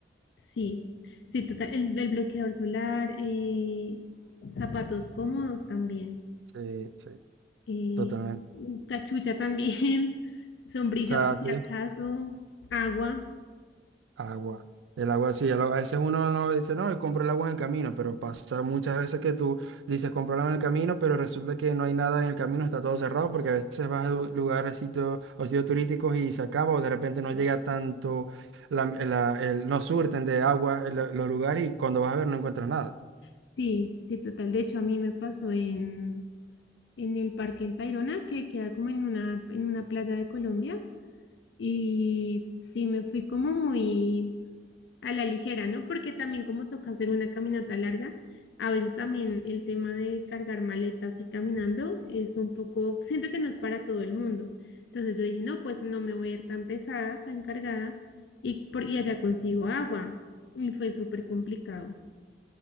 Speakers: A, on the left; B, on the right.
A: Sí, sí, total, el, el bloqueador solar, eh, zapatos cómodos también,
B: Sí, sí,
A: eh,
B: totalmente.
A: cachucha también, <laughs> sombrilla
B: O sea,
A: por si
B: sí.
A: acaso, agua.
B: Agua. El agua sí, el agua- a veces uno no dice, no, yo compro el agua en el camino, pero pasa muchas veces que tú dices, compro el agua en el camino, pero resulta que no hay nada en el camino, está todo cerrado, porque a veces vas a lu- lugares, sitios o sitios turísticos y se acaba, o de repente no llega tanto, la, la- el, no surten de agua el- los lugares y cuando vas a ver no encuentras nada.
A: Sí, sí, total. De hecho, a mí me pasó en, en el Parque El Tayrona, que queda como en una, en una playa de Colombia, y sí, me fui como muy a la ligera, ¿no? Porque también como toca hacer una caminata larga, a veces también el tema de cargar maletas y caminando es un poco, siento que no es para todo el mundo. Entonces yo dije, no, pues no me voy a ir tan pesada, tan cargada, y, por, y allá consigo agua. Y fue súper complicado.